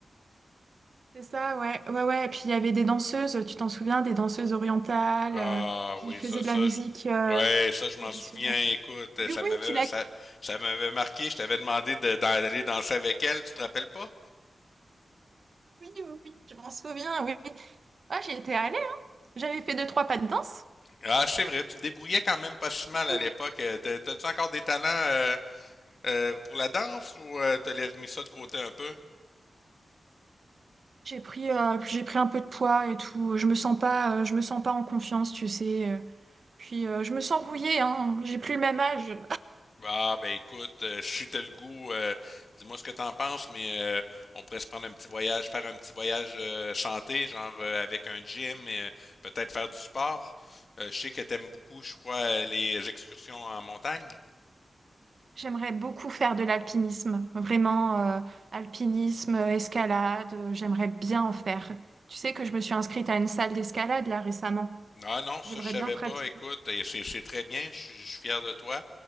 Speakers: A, on the right (about 55°); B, on the left (about 45°).
A: <laughs> C'est ça, ouais, ouais, ouais. Et puis il y avait des danseuses, tu t'en souviens, des danseuses orientales.
B: Ah
A: euh, puis
B: oui,
A: ils faisaient
B: ça, ça,
A: de la musique
B: je...
A: euh,
B: ouais, ça, je m'en
A: traditionnelle.
B: souviens. Écoute,
A: Oui,
B: ça
A: oui,
B: m'avait,
A: tu l'as.
B: ça, ça m'avait marqué. Je t'avais demandé de- d'a- d'aller danser avec elle. Tu te rappelles pas?
A: Oui, oui, oui, je m'en souviens, oui. Ah, j'y étais allée, hein. J'avais fait deux, trois pas de danse.
B: Ah, c'est vrai. Tu te débrouillais quand même pas si mal
A: Oui,
B: à l'époque.
A: oui.
B: Euh, t'as- T'as-tu encore des talents euh, euh, pour la danse ou euh, t'as mis ça de côté un peu?
A: J'ai pris, euh, j'ai pris un peu de poids et tout. Je me sens pas, euh, je me sens pas en confiance, tu sais. euh. Puis euh, je me sens rouillée, hein. J'ai plus le même âge.
B: Ah, ben écoute, euh, si t'as le goût, euh, dis-moi ce que t'en penses, mais euh, on pourrait se prendre un petit voyage, faire un petit voyage euh, santé, genre euh, avec un gym et euh, peut-être faire du sport. Euh, je sais que t'aimes beaucoup, je crois, euh, les excursions en montagne.
A: J'aimerais beaucoup faire de l'alpinisme, vraiment euh, alpinisme, euh, escalade, euh, j'aimerais bien en faire. Tu sais que je me suis inscrite à une salle d'escalade là récemment.
B: Ah non, ça
A: J'aimerais
B: je savais
A: bien pratiquer.
B: pas, écoute, et c'est c'est très bien, je suis je suis fier de toi.